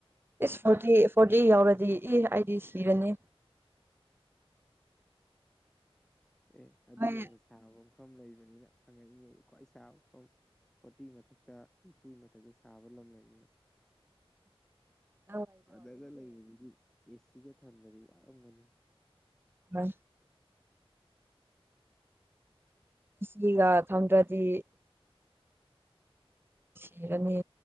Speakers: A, on the right; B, in the centre.
A: ꯐꯇꯤ
B: ꯑꯣ
A: ꯐꯣꯔꯇꯤ ꯌꯥꯎ ꯑꯗꯨ ꯑꯦ ꯑꯩꯗꯤ ꯁꯤꯔꯅꯤ
B: ꯑꯦ ꯑꯗꯨ
A: ꯅꯣꯏ
B: ꯌꯧꯅ ꯁꯥꯕ ꯑꯃ ꯃꯐꯝ ꯂꯩꯕꯅꯤꯅ ꯍꯪꯉꯛꯏꯉꯩ ꯈ꯭ꯋꯥ ꯏꯁꯥꯐꯝ ꯐꯣꯔꯇꯤ ꯃꯊꯛꯇ ꯅꯤꯐꯨ ꯃꯊꯛꯇ ꯁꯥꯕ ꯂꯝ ꯂꯩꯕꯅꯤꯅ
A: ꯎꯝ
B: ꯑꯥꯗꯒ ꯂꯩꯕꯁꯤꯗꯤ ꯑꯦꯁꯤꯒ ꯊꯝꯅꯗꯤ ꯋꯥꯔꯝꯒꯅꯤ
A: ꯍ ꯁꯤꯒ ꯊꯝꯗ꯭ꯔꯗꯤ ꯁꯤꯔꯅꯤ